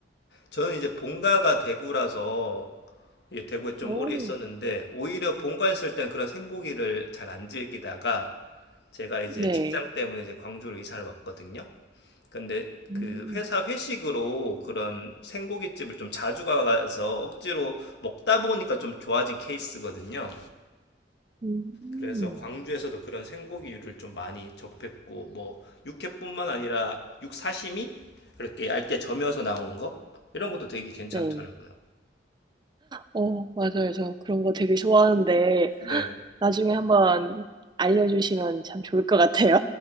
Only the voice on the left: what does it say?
저는 이제 본가가 대구라서 예, 대구에 좀
오래 있었는데 오히려 본가에 있을 땐 그런 생고기를 잘 안 즐기다가 제가 이제
직장 때문에 이제 광주로 이사를 왔거든요. 근데
그 회사 회식으로 그런 생고깃집을 좀 자주 가서 억지로 먹다 보니까 좀 좋아진 케이스거든요.
그래서 광주에서도 그런 생고기류를 좀 많이 접했고 뭐 육회뿐만 아니라 육사시미 그렇게 얇게 점여서 나온 거 이런 것도 되게 괜찮더라고요.
네.